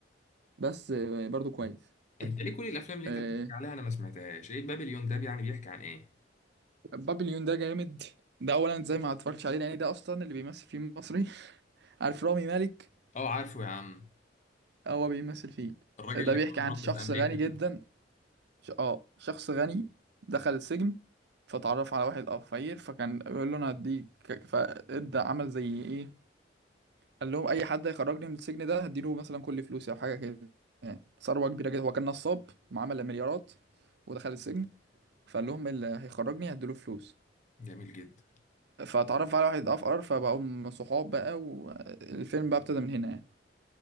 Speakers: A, on the right (about 65°); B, on the left (about 40°).
A: بس آه، برضو كويس
B: انت ليه كل الافلام اللي
A: آه،
B: انت بتحكي عليها انا ما سمعتهاش ايه بابليون ده يعني بيحكي عن ايه
A: بابليون ده جامد ده اولا زي ما اتفرجتش عليه لان ده اصلا اللي بيمثل فيه مصري <laughs> عارف رامي مالك
B: اه عارفه يا عم
A: هو بيمثل فيه
B: الراجل
A: آه،
B: اللي
A: ده بيحكي
B: كان متربي
A: عن شخص
B: في امريكا
A: غني
B: ده
A: جدا ش- اه شخص غني دخل السجن فتعرف على واحد اه فقير فكان يقول له انا هديك فادى عمل زي ايه قال لهم اي حد هيخرجني من السجن ده هديله مثلا كل فلوسي او حاجه كده يعني ثروه كبيره جدا هو كان نصاب ومعامل مليارات ودخل السجن فقال لهم اللي هيخرجني هديله فلوس
B: جميل جدا
A: فاتعرف على واحد افقر فبقوا صحاب بقى والفيلم بقى ابتدى من هنا يعني